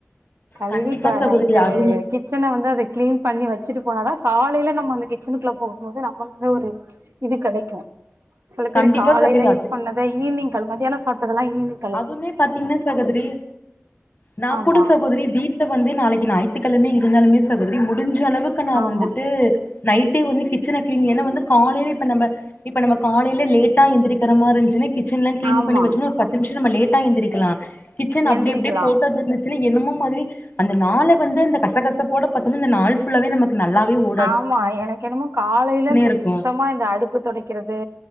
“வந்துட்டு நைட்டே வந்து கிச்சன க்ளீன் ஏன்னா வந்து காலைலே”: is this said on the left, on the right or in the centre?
Left